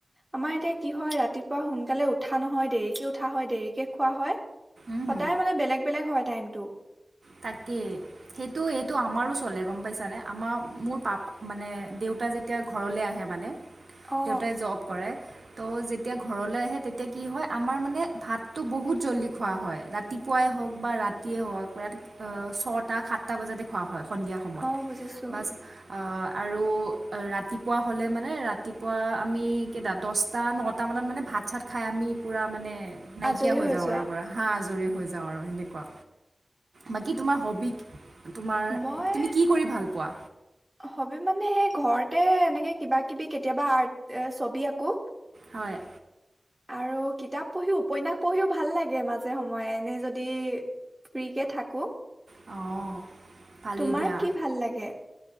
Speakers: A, on the right (about 15°); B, on the right (about 75°).
A: আমাৰ এতিয়া কি হয় ৰাতিপুৱা সোনকালে উঠ উঠা নহয় দেৰিকৈ উঠা হয় দেৰিকৈ খোৱা হয়। সদায়
B: উম,
A: মানে বেলেগ বেলেগ হয়। টাইমটো
B: তাকেই সেইটো এইটো আমাৰো চলে গম পাইছানে আমাৰ মোৰ পাপ মানে দেউতা যেতিয়া ঘৰলে আহে মানে
A: অ
B: দেউতাই জব কৰে। ত' যেতিয়া ঘৰলৈ আহে তেতিয়া কি হয় আমাৰ মানে ভাতটো বহুত জলদি খোৱা হয় ৰাতিপুৱাই হক বা ৰাতিয়ে হওক ৰা ছটা সাতটা বজাতে খোৱা হয়। সন্ধিয়া সময়ত
A: অ বুজিছো
B: বা আৰু ৰাতিপুৱা হ'লে মানে ৰাতিপুৱা আমি কেইটা দহটা নটা মানত মানে ভাত চাত খাই আমি পূৰা মানে নাইকিয়া
A: আজৰি
B: হৈ যাওঁ
A: যোৱা
B: আৰু পৰা হা আজৰি হৈ যাওঁ আৰু সেনেকুৱা বাকী তোমাৰ হবি কি? তোমাৰ
A: মই
B: তুমি কৰি ভাল পোৱা
A: হবি মানে সেই ঘৰতে এনেকে কিবা কিবি কেতিয়াবা আৰ্ট ছবি আকো।
B: হয়।
A: আৰু কিতাপ পঢ়ি উপন্যাস পঢ়িও ভাল লাগে মাজে সময়ে এনে যদি ফ্ৰীকে থাকো।
B: অঁ ভালেই
A: তোমাৰ
B: দিয়া
A: কি ভাল লাগে।